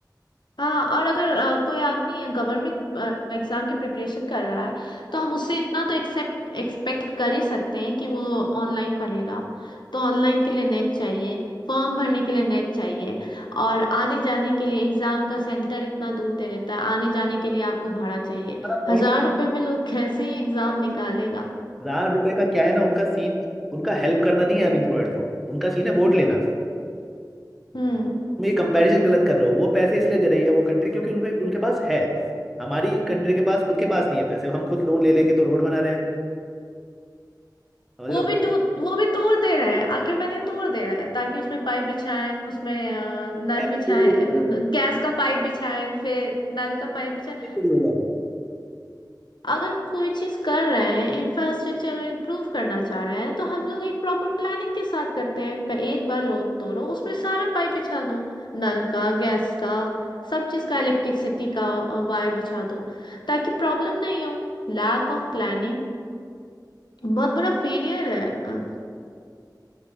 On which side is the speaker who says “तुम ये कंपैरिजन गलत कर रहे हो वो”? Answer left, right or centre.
Centre